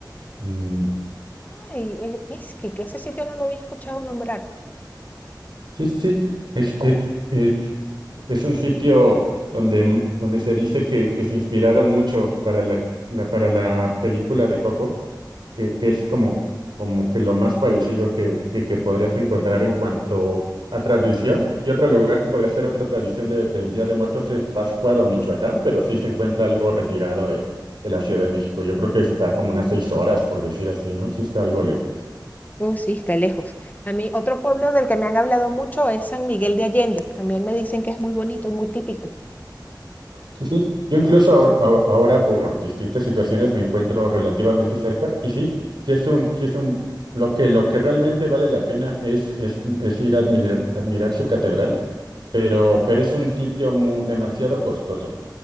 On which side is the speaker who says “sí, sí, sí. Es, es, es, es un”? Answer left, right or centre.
Right